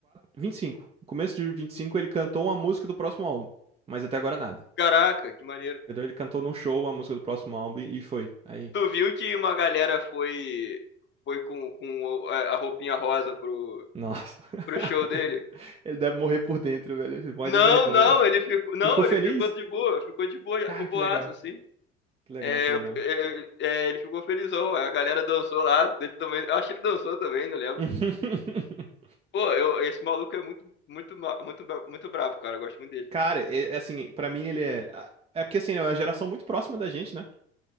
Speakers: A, on the right; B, on the left.
A: 25, no começo de 25, ele cantou uma música do próximo álbum, mas até agora nada.
B: Caraca, que maneiro.
A: Entendeu? Ele cantou num show a música do próximo álbum e, e foi. Aí,
B: Tu viu que uma galera foi. Foi com, com o- a a roupinha rosa pro,
A: nossa. <laughs>
B: pro show dele?
A: Ele deve morrer por dentro, velho. Ele morre
B: Não,
A: de vergonha.
B: não, ele ficou. Não,
A: Ele ficou feliz?
B: ele ficou de boa, ficou de boa,
A: Cara,
B: de boaça,
A: que legal.
B: assim.
A: Que legal,
B: É,
A: que legal.
B: é, é, é, ele ficou felizão. A galera dançou lá, ele também. Eu acho que ele dançou também, não lembro.
A: <laughs>
B: Pô, eu, esse maluco é muito, muito, ma- muito, bra- muito brabo, cara. Eu gosto muito dele.
A: Cara, é, é assim, pra mim ele é. É porque assim, né, é uma geração muito próxima da gente, né?